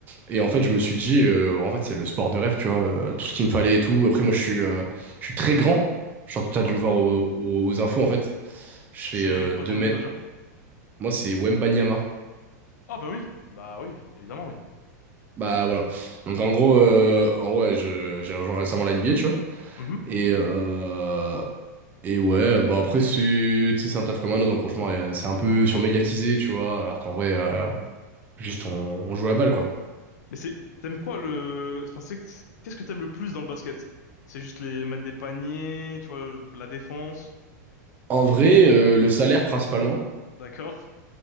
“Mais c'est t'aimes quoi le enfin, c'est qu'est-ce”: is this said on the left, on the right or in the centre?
Left